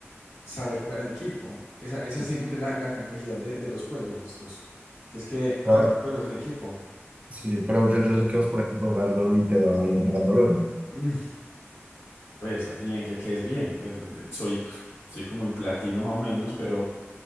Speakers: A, on the left; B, on the right.
A: saber jugar en equipo. Esa, esa
B: Sí,
A: siento que es la, la complejidad de, de los juegos estos. Que es que,
B: pero,
A: claro, el juego es en equipo.
B: sí, pero yo, yo
A: Por
B: sé
A: ejemplo.
B: que vos, por ejemplo, jugando LOL y te va bien jugando LOL.
A: Mm, Pues bien, que, que es bien. pues, de- soy, c- soy como en platino más o menos, pero,